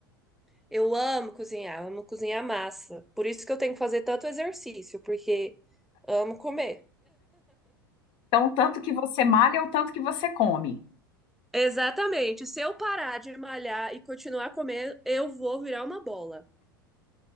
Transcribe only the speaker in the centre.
Eu amo cozinhar, amo cozinhar massa. Por isso que eu tenho que fazer tanto exercício, porque amo comer.
Exatamente. Se eu parar de malhar e continuar a comer, eu vou virar uma bola.